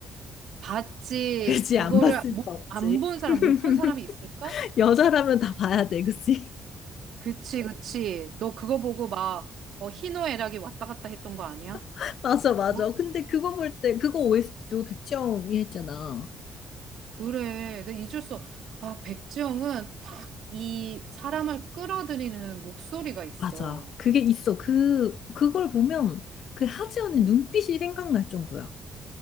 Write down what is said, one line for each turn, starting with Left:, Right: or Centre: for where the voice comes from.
Right: 봤지.
Left: <laughs> 그치,
Right: 그거를
Left: 안 봤을
Right: 못,
Left: 수 없지.
Right: 안 본
Left: <laughs>
Right: 사람, 못 본 사람이 있을까?
Left: 여자라면 다 봐야 돼, 그치?
Right: 그치, 그치. 너 그거 보고 막, 어, 희노애락이 왔다 갔다 했던 거 아니야?
Left: <laughs> 맞아, 맞아.
Right: 어?
Left: 근데 그거 볼 때, 그거 OST도 백지영이 했잖아.
Right: 그래. 내가 잊을 수, 없- 아, 백지영은 딱 이 사람을 끌어들이는 목소리가 있어.
Left: 맞아. 그게 있어. 그, 그걸 보면 그 하지연의
Right: 응.
Left: 눈빛이 생각날 정도야.